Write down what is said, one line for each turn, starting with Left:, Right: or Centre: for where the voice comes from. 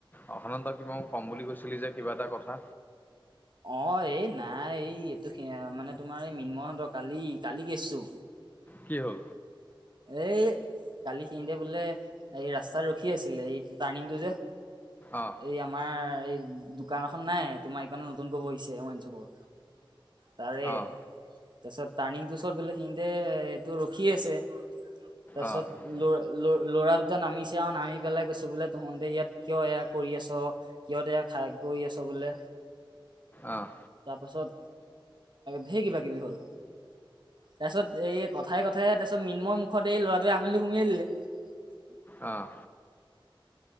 Left: অ' সিদিনা তই ক'ম বুলি কৈছিলি যে কিবা এটা কথা।
Right: অ' এই নাই এই এইটো সে মানে তোমাৰ এই মীন্ময়হতঁৰ কালি কালিৰ কেচতো।
Left: কি হ'ল?
Right: এই কালিখিনতে বোলে এই ৰাস্তাত ৰখি আছিলে এই টাৰ্ণিংটো যে
Left: অঁ
Right: এই আমাৰ এই। দোকান এখন নাই তোমাৰ এইকাৰণে নতুনকৈ বহিছে ওৱাইন শ্বপৰ তাৰে
Left: অঁ
Right: তাৰপিছত টাৰ্ণিংটো চত বলে, সিহঁতে ৰখি আছে। তাৰপিছত
Left: অঁ
Right: ল ল ল'ৰা দুটা নামিছে আৰু নামি পেলাই কৈছে বোলে, তোহঁতে ইয়াত কিয় এয়া কৰি আছ, কিয় দেয়া খাই কৰি আছ বোলে
Left: অঁ
Right: তাৰপাছত ধেই কিবা কিবি হ'ল তাৰ পিছত এই কথাই-কথাই তাৰ পিছত মিন্ময় মোক মুখতে এই ল'ৰাটোৱে আঙুলি সুমুৱাই আহ দিলেহি।
Left: অহ।